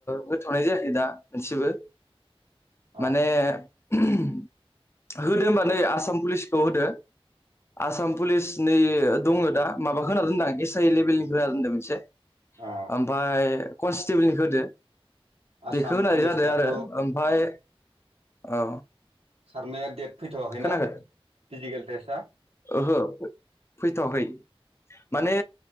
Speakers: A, on the left (about 25°); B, on the right (about 85°).
A: होथनाय जायाखै दा मोनसेबो।
B: अ
A: माने होदो होनबा नै आसाम पुलिसखौ होदो आसाम पुलिस नैयो दङ दा माबा होना दोनदो आं एस आइ लेभेलनि होना दोनदो मोनसे।
B: अ
A: ओमफाय कनस्टेबोलनिखो होदो।
B: आसाम
A: बेखौ होनाय
B: पुलिसनियाथ'
A: जादों आरो ओमफाय औ
B: खारनाया देट फैथवाखैना
A: खोनाखै
B: फिजिकेल टेस्ट हा
A: ओहो फैथवाखै माने